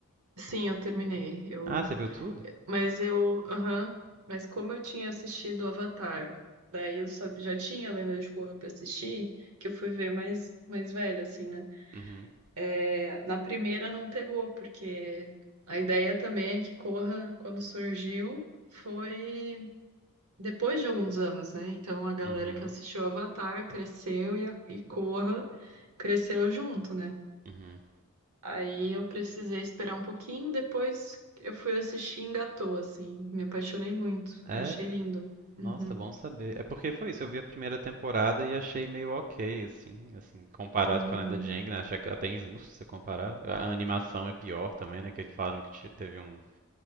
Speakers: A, on the right; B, on the right.
A: Sim, eu terminei. Eu
B: Ah, você viu tudo?
A: Mas eu, aham, mas como eu tinha assistido Avatar, daí eu sab- já tinha a Lenda de Korra pra assistir, que eu fui ver mais, mais velho, assim, né?
B: Uhum.
A: É, na primeira não pegou, porque a ideia também é que Korra, quando surgiu, foi depois de alguns anos, né? Então a galera
B: Uhum.
A: que assistiu Avatar cresceu e, a, e Korra cresceu junto, né?
B: Uhum.
A: Aí eu precisei esperar um pouquinho, depois eu fui assistir e engatou, assim. Me apaixonei muito.
B: É,
A: Eu achei lindo. Uhum,
B: Nossa, bom saber. É porque foi isso, eu vi a primeira temporada e achei meio ok, assim, assim, comparado
A: uhum.
B: com a Lenda de Aang, né? Achei que- é até injusto você comparar. A a animação é pior também, né? Que eles falaram que te- teve um,